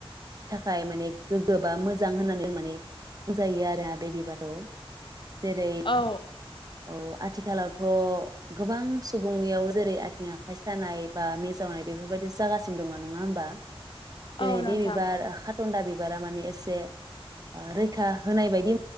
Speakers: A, on the right; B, on the left.
A: थाखाय माने गोग्गो बा मोजां होननानै माने बुंजायो आरो आ बे बिबारखौ। जेरै
B: औ
A: औ आथिखालावथ' गोबां सुबुंनियाव जेरै आथिं आखाइ सानाय बा मिजावनाय बेफोरबायदि जागासिनो दङ नङा होमबा। जेरै
B: औ नोंथां
A: बे बिबार खाटन्दा बिबारा माने एसे रैखा होनाय बायदि